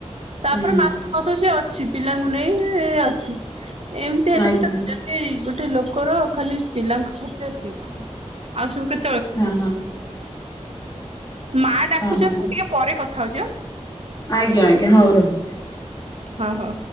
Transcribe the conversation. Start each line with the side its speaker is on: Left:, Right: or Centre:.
Right: ତାପରେ
Left: ହୁଁ
Right: ମାସ ମାସ ସିଏ ଅଛି ପିଲାଙ୍କୁ ନେଇ ସେ ଏମିତି ହେଲେ
Left: ଆଜ୍ଞା
Right: ସେଟା ଯୋଦି ଗୋଟେ ଲୋକର ଖାଲି ପିଲାଙ୍କ ଖର୍ଚ୍ଚ ଏତିକି ଆଉ ସବୁ କେ
Left: ହଁ ହଁ।
Right: ମା ଡାକୁଛନ୍ତି
Left: ହଁ ହଁ
Right: ଟିକେ ପରେ କଥା ହଉଚି।
Left: ଆଜ୍ଞା ଆଜ୍ଞା ହଉ ରହୁଚି।
Right: ହଁ ହଁ।